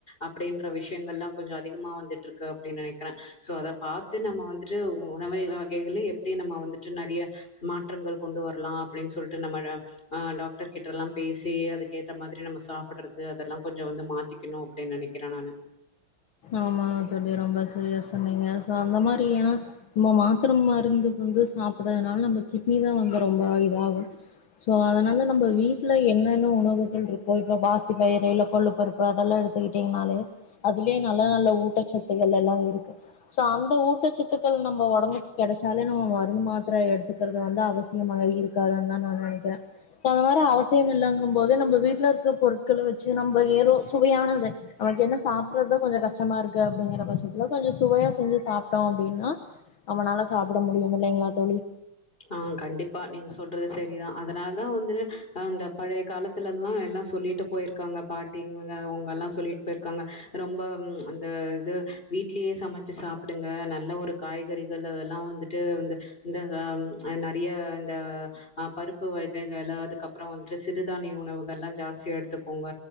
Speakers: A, on the left; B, on the left.
A: அப்டின்ற விஷ்யங்கள் எல்லா கொஞ்சோ அதிகமா வந்துட்டு இருக்கு அப்டின்னு நெனைக்கிற சோ அத பாத்து நம்ம வந்துட்டு உணவை வகைகள்ல எப்டி நம்ம வந்துட்டு நெறைய மாற்றங்கள் கொண்டு வரலா அப்டின்னு சொல்ட்டு நம்ம ஆ டாக்டர் கிட்ட எல்லாம் பேசி அதுக்கு ஏத்த மாரி நம்ம சாப்பிடறது அதெல்லா கொஞ்சோ வந்து மா த்திக்கனு அப்டினு நெனைக்கிற நானு
B: ஆமாங் தோழி ரொம்ப சரிய சொன்னீங்க சோ அந்த மாரி ஏனா நம்ம மாத்திர மருந்துக்கு வந்து சாப்டறதுனால நம்ம கிட்னிதா வந்து ரொம்ப இதாகு சோ அதனால நம்ம வீட்ல என்னென்ன உணவுகள் இருக்கோ இப்ப பாசி பயிர்கள்ல கொள்ளுப்பரு ப்பு அதெல்லா எடுத்துக்கிட்டிங்னாலே இதிலேயே நல்ல நல்ல ஊட்டச்சத்துகள் எல்லா இருக்கு ஸோ அந்த ஊட்டச்சத்துக்கள் நம்ம ஒடம்புக்கு கெடைச்சாலே நம்ம மருந்து மாத்திர எடுத்துக்கறது வந்து அவசி யமாக இருக்காதுன்னுதா நா நெனைக்கிற போன வாரோ அவசியம் இல்லங்கும்போது நம்ம வீட்ல இருக்கிற பொருட்கள வெச்சு நம்ம ஏதோ சுவையானது நமக்கு என்ன சாப்பர்றதா கொஞ்சோ கஷ்டமாருக்கு அப்டிங்கிற பட்சத்துல கொஞ்சோ சுவையா செஞ்சு சாப்ட்டோ அப்டின்னா நம்மனால சாப்ட முடியும் இல்லைங்ளா தோழி
A: ஆ கண்டிப்பா நீங்க சொல்றது சரிதான் அதனாலதா வந்து அந்த பழைய கால த்துலதா எல்லா சொல்லிட்டு போயிருக்காங்க பாட்டிங்க அவங்க எல்லா சொல்லிட்டு போயிருக்காங்க ரொம்ப அந்த இது வீட்லயே சமச்சு சாப்டுங்க நல்ல ஒரு காய்கறிகள் அதெல்லா வந்துட்டு வந்து இந்த நெறைய இந்த ஆ பருப்பு வகைகள் அதுக்கப்றோ வந்துட்டு சிறுதானிய உணவுகள் எல்லா ஜாஸ்தியா எடுத்துக்கோங்க